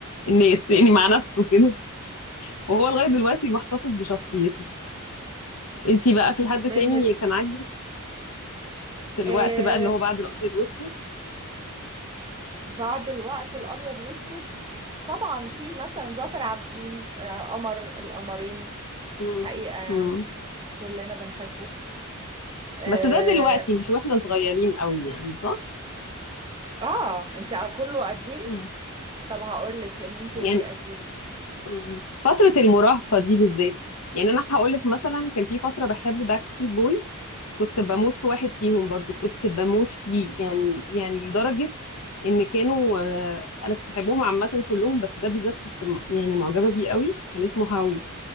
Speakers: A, on the left (about 75°); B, on the right (about 20°).
A: الناس يعني مع نفسه كده وهو لغاية دلوقتي محتفظ بشخصيته انتي بقى في حد
B: من
A: تاني
B: ال...
A: كان عاجبك في الوقت
B: آه
A: بقى اللي هو بعد الابيض واسود
B: بعد الوقت الأبيض وأسود طبعا في مثلا ظافر عابدين آه قمر القمرين
A: مم.
B: حقيقة يعني
A: مم.
B: كلنا بنحبه اه,
A: بس ده دلوقتي مش واحنا صغيرين قوي يعني صح
B: آه. انت كله قديم
A: مم.
B: طب هقول لك مين تاني
A: يعني
B: قديم
A: مم. فترة المراهقة دي بالذات يعني أنا هقولك مثلا كان في فترة بحب باك ستريت بويز كنت بموت في واحد فيهم برضو كنت بموت فيه يعني يعني لدرجة إن كانوا آه، أنا كنت بحبهم عامة كلهم بس ده بالذات كنت م- يعني معجبة بيه قوي كان اسمه هاوي